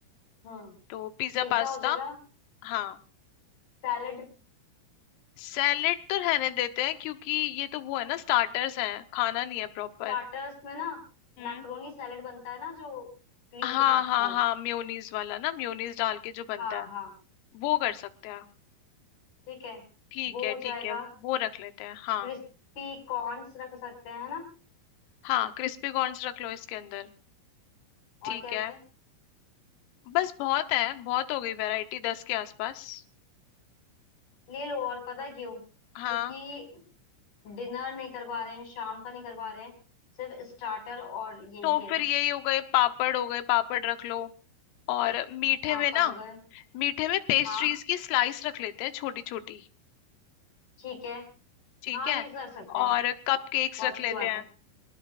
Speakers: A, on the left; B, on the left.
A: हाँ
B: तो पिज्जा
A: पिज्जा
B: पास्ता
A: हो जाएगा
B: हाँ
A: सैलेड
B: सैलेड तो रहने देते हैं क्योंकि ये तो वो है ना स्टार्टर्स हैं खाना नहीं है प्रॉपर
A: स्टार्टर्स में ना
B: हम्म
A: मैक्रोनी सैलेड बनता है ना जो क्रीम
B: हाँ
A: के साथ
B: हाँ
A: वो
B: हाँ म्योनीज वाला ना म्योनीज डाल के जो बनता
A: हाँ
B: है
A: हाँ
B: वो कर सकते हैं
A: ठीक है
B: ठीक
A: वो
B: है
A: हो
B: ठीक
A: जाएगा
B: है वो रख लेते हैं हाँ
A: क्रिस्पी कॉर्न्स रख सकते हैं है ना
B: हाँ क्रिस्पी कॉर्न्स रख लो इसके अंदर
A: और
B: ठीक
A: क्या रखें
B: है बस बहुत है बहुत हो गई वैरायटी दस के आसपास
A: ले लो और पता है क्यों
B: हाँ
A: क्योंकि डिनर नहीं करवा रहे हैं शाम का नहीं करवा रहे हैं सिर्फ स्टार्टर और यही
B: तो
A: है
B: फिर
A: ना
B: यही हो गए पापड़ हो गए पापड़ रख लो और मीठे
A: पापड़
B: में ना
A: हो गए
B: मीठे में पेस्ट्रीज
A: हाँ
B: की स्लाइस रख लेते हैं छोटी छोटी
A: ठीक है
B: ठीक
A: हाँ
B: है
A: ये सब रख सकते हैं
B: और कप केक्स
A: बहुत
B: रख
A: अच्छी
B: लेते
A: बात
B: हैं
A: है